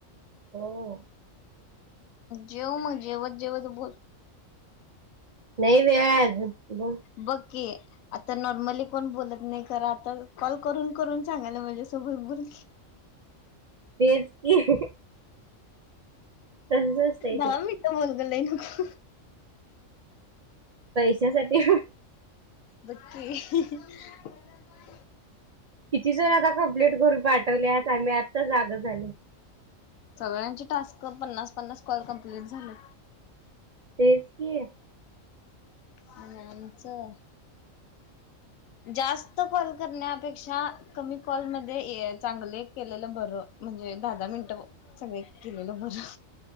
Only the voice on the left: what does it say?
जेव मग जेवत, जेवत बोल.
बक्की आता नॉर्मली कोण बोलत नाही करा आता कॉल करून करून सांगायला माझ्यासोबत बोल
दहा
मिठ बोल ग लाय नको
बक्की <unintelligible>
सगळ्यांची टास्क पन्नास पन्नास कॉल कम्प्लीट झाले.
आणि आमचं जास्त कॉल करण्यापेक्षा कमी कॉलमध्येध्ये चांगले केलेलं बरं म्हणजे दहा- दहा मिनटं. सगं एक केलेलं बरं